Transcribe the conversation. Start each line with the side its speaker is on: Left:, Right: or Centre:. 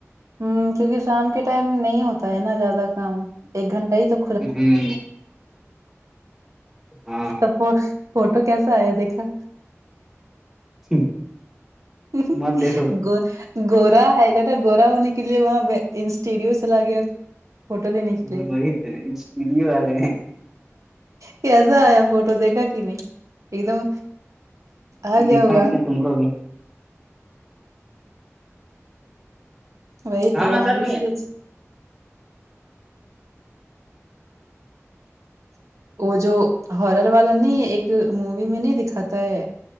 Right: ہمم کیونکہ شام کے ٹائم نہیں ہوتا ہے نا زیادہ کام ایک گھنٹہ ہی تو
Centre: ہمم ہاں
Right: تفوس فوٹو کیسا آیا دیکھا
Centre: <inaudible>
Right: <unintelligible>
Centre: مت دیکھو
Right: گورا آئے گا تھا گورا ہونے کے لیے وہاں پہ انسٹیریو چلا گیا فوٹو لینے کے
Centre: وہی
Right: لیے
Centre: تو اسٹوڈیو آ گئے ہیں
Right: کیسا آیا فوٹو دیکھا کہ نہیں ایک دم آگیا
Centre: دکھا
Right: ہوگا
Centre: دیں گے تم کو بھی
Right: وہی
Centre: ہاں
Right: تو
Centre: ہاں
Right: ہم
Centre: سر
Right: بھی سونچے وہ جو ہارر والا نہیں ہے ایک مووی میں نہیں دکھاتا ہے